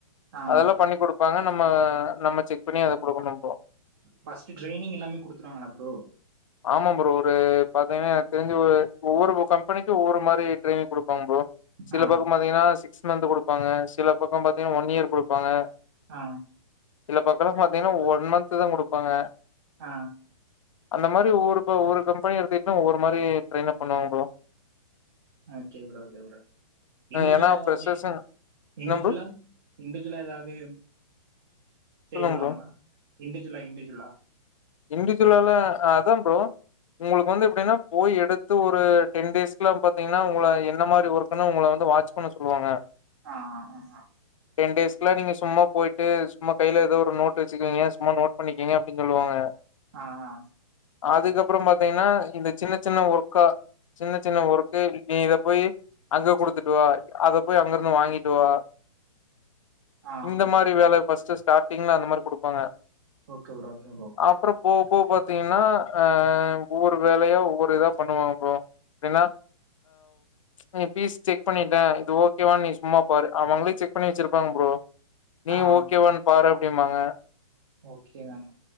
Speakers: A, on the right; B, on the left.
A: ஆ
B: அதெல்லா பண்ணி கொடுப்பாங்க நம்ம நம்ம செக் பண்ணி அத கொடுக்கணு ப்ரோ
A: ஃபர்ஸ்ட் ட்ரெய்னிங் எல்லாமே குடுத்துடுவாங்களா ப்ரோ
B: ஆமா ப்ரோ ஒரு பாத்தீங்கனா எனக்கு தெரிஞ்ச ஒரு ஒவ்வொரு கம்பெனிக்கு ஒவ்வொரு மாரி ட்ரைனிங் குடுப் பாங்க ப்ரோ சில
A: ஆ
B: பக்க பாத்தீங்கன்னா சிக்ஸ் மந்த் கொடுப்பாங்க சில பக்க பாத்தீங்கன்னா ஒன் இயர் குடுப்பாங்க
A: ஆ
B: சில பக்கல்லா பாத்தீங்கன்னா ஒன் மந்த் தா கொடுப்பாங்க
A: ஆ
B: அந்த மாரி ஒவ்வொரு ஒவ்வொரு கம்பனி எடுத்துக்கிட்டா ஒவ்வொரு மாரி ட்ரெயினப் பண்ணுவாங்க bro
A: okay bro okay bro இண்டுஜுலா
B: ஏன்னா
A: ஏதாச்சு
B: ஃப்ரெஷர்ஸ்ஸு
A: இண்டுஜுலா
B: என்ன ப்ரோ
A: இண்டுஜுலா ஏதாது செய்ய
B: சொல்லுங்க
A: சொல்லுவாங்களா
B: ப்ரோ
A: இண்டுஜுலா இண்டுஜுலா
B: இண்டுஜுவலாலா அதா ப்ரோ உங்களுக்கு வந்து எப்டின்னா போய் எடுத்து ஒரு டென் டேஸ்க்லா பாத்தீங்கன்னா உங்கள எந்த மாரி ஒர்கன்னு உங்கள வந்து வந்து வாட்ச் பண்ண சொல்லுவாங்க
A: ஆ ஆ ஆ ஆ
B: டென் டேஸ்க்லா நீங்க சும்மா போயிட்டு சும்மா கையில எதோ ஒரு நோட்டு வச்சுக்கேங்கோ சும்மா நோட் பண்ணிக்கங்க அப்டினு சொல்லுவாங்க
A: ஆ ஆ
B: அதுக்கப்பற பாத்தீங்கன்னா இந்த சின்ன சின்ன ஒர்க்கா சின்ன சின்ன ஒர்க்கு நீ இத போய் அங்க குடுத்துட்டு வா அத போய் அங்க இருந்து வாங்கிட்டு வா
A: ஆ ஆ
B: இந்த மாரி வேல ஃபர்ஸ்ட் ஸ்டாட்டிங்ல அந்த மாரி குடுப்பாங்க
A: ஓகே ப்ரோ ப்ரோ
B: அப்புற போகப் போக பாத்தீங்ன்னா ஆ ஒவ்வொரு வேலையா ஒவ்வொரு இதா பண்ணுவாங்க ப்ரோ அப்டின்னா நீ பீஸ் செக் பண்ணிட்ட இது ஓகேவா நீ சும்மா பாரு அவங்களே செக் பண்ணி வச்சிருப்பாங்க ப்ரோ நீ
A: ஆ
B: ஓகேவான்னு பாரும்பாங்க
A: ஓகே தாங்க